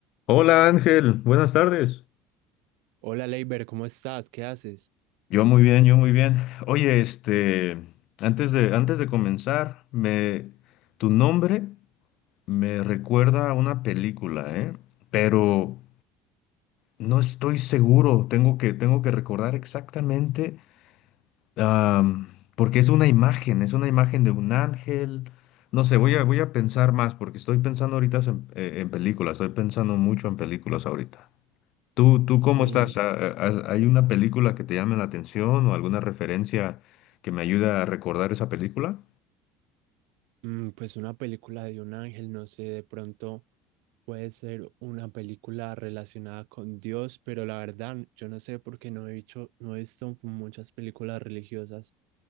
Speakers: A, on the left; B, on the right.
A: Hola Ángel, buenas tardes.
B: Hola Leiber, ¿cómo estás? ¿Qué haces?
A: Yo muy bien, yo muy bien. Oye, este, antes de, antes de comenzar, me, tu nombre me recuerda a una película, ¿eh? Pero no estoy seguro. Tengo que, tengo que recordar exactamente, am, porque es una imagen, es una imagen de un ángel. No sé, voy a, voy a pensar más, porque estoy pensando ahorita en, eh, en películas, estoy pensando mucho en películas ahorita. ¿Tú, tú
B: Sin,
A: cómo estás? ¿Ha- ha- ¿Hay una película que te llame la atención o alguna referencia que me ayude a recordar esa película?
B: mm, pues una película de un ángel, no sé, de pronto puede ser una película relacionada con Dios, pero la verdad, yo no sé por qué no he visto, no he visto muchas películas religiosas